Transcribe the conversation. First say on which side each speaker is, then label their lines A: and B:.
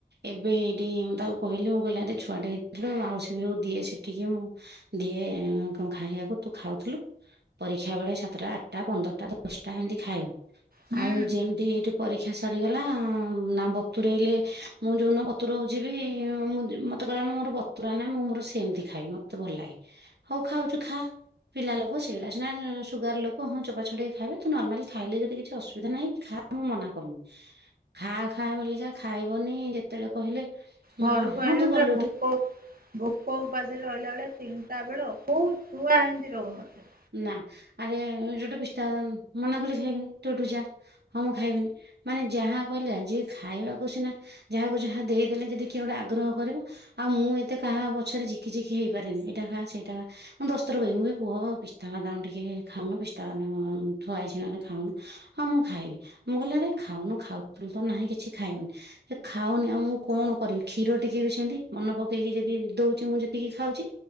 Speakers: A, on the right (about 70°); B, on the right (about 55°).
A: ଏବେ ଏଇଠି ମୁଁ ତାକୁ କହିଲି ମୋ କହିଲା ଛୁଆଟେ ହେଇଥିଲ ମାଉସୀ ବି ହଉ ଦିଏ ସେଠିକି ମୁଁ ଦିଏ ଖାଇବାକୁ ତୁ ଖାଉଥିଲୁ। ପରୀକ୍ଷା ବେଳେ ସାତଟା ଆଠଟା ପନ୍ଦରଟା ଦଶଟା ଏମିତି ଖାଇବ
B: ହୁଁ
A: ଆଉ ଯେମିତି ଏଠି ପରୀକ୍ଷା ସରିଗଲା ନା ବତୁରେଇଲେ ମୁଁ ଯଉ ଦିନ ବତୁରଉଛିି ବି ମୁଁ ମ କଲା ମୋର ବତୁରା ନା ମୁଁ ମୋର ସେମିତି ଖାଇ ମତେ ଭଲ ଲାଗେ ହଉ ଖାଉଛୁ ଖା। ପିଲା ଲୋକ ସେଇଗୁଡା ସିନା ସୁଗାର ଲୋକ ହଁ ଚୋପା ଛଡ଼େଇ ଖାଇବେ ତୁ ନର୍ମାଲି ଖାଇଲେ ଯଦି କିଛି ଅସୁବିଧା ନାହିଁ ଖା। ମୁଁ ମନା କରୁନି ଖା ଖା ବୋଲିକା ଖାଇବନି ଯେତେଳେ କହିଲେ
B: ଘରକୁ
A: ହଁ
B: ଆଇଳା
A: ତୁ
B: ପୁରା
A: ଗଲୁ ଏଠୁ
B: ଭୋକ ଭୋକ ଉପାସରେ ରହିଲା ବେଳିଆ ତିନିଟା ବେଳ କୋଉ ଛୁଆ ଏମତି ରହୁନଥିବ।
A: ନା ଆରେ ଯୋଟେ ପସଦାବାଦାମ ମନା କଲି କିଛି ଖାଇବିନି ତୁ ଏଠୁ ଯା। ହଁ ମୁଁ ଖାଇବିନି ମାନେ ଯାହା କହିଲେ ଯିଏ ଖାଇବାକୁ ସିନା ଯାହାକୁ ଯାହା ଦେଇଦେଲେ ଯଦି କିଏ ଗୋଟେ ଆଗ୍ରହ କରିବ ଆଉ ମୁଁ ଏତେ କାହା ପଛରେ ଝିକି ଝିକି ହେଇପାରେନି ଏଇା ଖା ସେଇଟା ଖା ମୁଁ ଦସ୍ତର କହିବ ମୁଁ ବି ପୁଅ ପି ପିସ୍ତା ବାଦାମ ଟିକେ ଖାଉନୁ ପିସ୍ତା ବାଦାମ ଥୁଆ ହେଇଛି ନହେଲେ ଖାଉନୁ ହଁ ମୁଁ ଖାଇବି। ମୁଁ କହିଲି ଆରେ ଖାଉନୁ ଖାଉଥିଲୁ ତ ନାହିଁ କିଛି ଖାଇବିନି। ହେ ଖାଉନି ଆଉ ମୁଁ କଣ କରିବି କ୍ଷୀର ଟିକେ ବି ସେମିତି ମନେ ପକେଇକି ଯଦି ଦଉଛି ମୁଁ ଯେତିକି ଖାଉଛି।